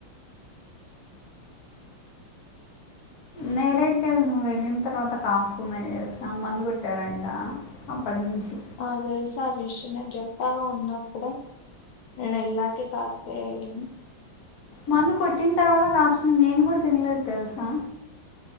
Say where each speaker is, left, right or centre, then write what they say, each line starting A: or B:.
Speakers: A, on the left (about 55°); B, on the left (about 75°).
A: నేరేడి కాయలు నువ్వు వెళ్ళిన తర్వాత కాస్తున్నాయి తెలుసా మందు కొట్టారంటా అప్పటినుంచి
B: నాకు తెలుసా విషయం నేను చెప్పాగా ఉన్నప్పుడే నేను ఏళ్లకే కాత్తయి అయి అనీ
A: మందు కొట్టిం తర్వాత కాస్తుంది నేను కూడ తిన్లేదు తెలుసా